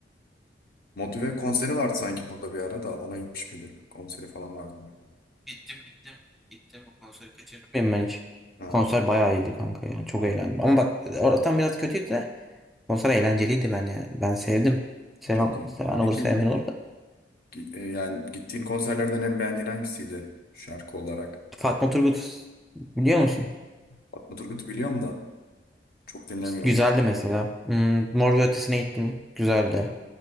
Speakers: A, on the left; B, in the centre.
A: Motive konseri vardı sanki burada bir ara da ona gitmiş miydim. Konseri falan vardı. galiba.
B: Gittim gittim. Gittim o konseri kaçırdım. Bilmiyorum ben hiç.
A: Ha.
B: Konser bayağı iyiydi kanka ya. Çok
A: Ha,
B: eğlendim. Ama bak oradan biraz kötüydü de konser eğlenceliydi ben ya. Ben sevdim. Seven,
A: çok iyi.
B: seven
A: Peki
B: olur sevmeyen olur da.
A: gi- e, yani gittiğin konserlerden en beğendiğin hangisiydi şarkı olarak?
B: Fatma Turgut biliyor musun?
A: Fatma Turgut'u biliyorum da çok dinlemiyorum.
B: Güzeldi mesela. Hmm, Mor ve Ötesi'ne gittim. Güzeldi.